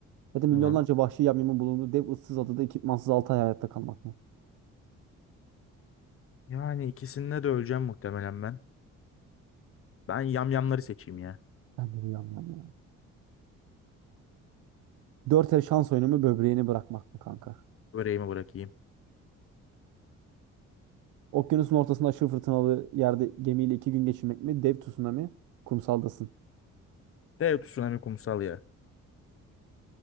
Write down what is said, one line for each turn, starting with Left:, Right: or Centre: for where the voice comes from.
Right: Ya da milyonlarca
Left: Tamam.
Right: vahşi yamyamın bulunduğu dev ıssız adada ekipmansız 6 ay hayatta kalmak mı?
Left: Yani ikisinde de öleceğim muhtemelen ben. Ben yamyamları seçeyim ya.
Right: Ben de bu yamyam ya. 4 el şans oyunu mu böbreğini bırakmak mı kanka?
Left: Böreğimi bırakayım.
Right: Okyanusun ortasında aşırı fırtınalı yerde gemiyle 2 gün geçirmek mi? Dev tsunami kumsaldasın.
Left: Dev tsunami kumsal ya.